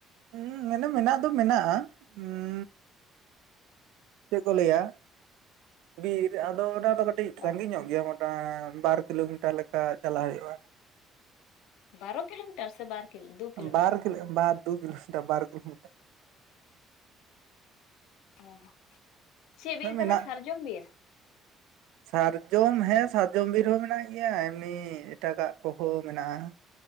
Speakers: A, on the right; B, on the left.
A: ᱩᱸ ᱢᱮᱱᱟ ᱢᱟᱱᱟᱜ ᱫᱚ ᱢᱮᱱᱟᱜ-ᱟ ᱩᱸᱻ ᱪᱮᱫ ᱠᱚ ᱞᱟᱹᱭᱟ ᱵᱤᱨ, ᱟ ᱫᱚ ᱚᱱᱟ ᱫᱚ ᱠᱟᱹᱴᱤᱡ
B: ᱚ
A: ᱥᱟᱺᱜᱤᱧ ᱧᱚᱜ ᱜᱮᱭᱟ ᱢᱚᱴᱟ ᱵᱟᱨ ᱠᱤᱞᱳᱢᱤᱴᱟᱨ ᱞᱮᱠᱟ ᱪᱟᱞᱟᱜ ᱦᱩᱭᱩᱜᱼᱟ᱾
B: ᱵᱟᱨᱳ ᱠᱤᱞᱳᱢᱤᱴᱟᱨ ᱥᱮ ᱵᱟᱨ ᱠᱤᱞᱳ ᱫᱩ ᱠᱤᱞᱳᱢᱤᱴᱟᱨ
A: ᱵᱟᱨ ᱠᱤᱞᱳ ᱵᱟᱨ, ᱫᱩ ᱠᱤᱞᱳᱢᱤᱴᱟᱨ ᱵᱟᱨ ᱠᱤᱞᱳᱢᱤᱴᱟᱨ᱾
B: ᱚᱸ ᱪᱮᱫ ᱵᱤᱨ
A: ᱢᱮᱱᱟᱜ
B: ᱠᱟᱱᱟ ᱥᱟᱨᱡᱚᱢ ᱵᱤᱨ
A: <unintelligible> ᱥᱟᱨᱡᱚᱢ ᱦᱮᱸ ᱥᱟᱨᱡᱚᱢ ᱵᱤᱨ ᱦᱚᱸ ᱢᱮᱱᱟᱜ ᱜᱮᱭᱟ ᱮᱢᱱᱤ ᱮᱴᱟᱜ-ᱜᱟᱜ ᱠᱚᱦᱚᱸ ᱢᱮᱱᱟᱜᱼᱟ᱾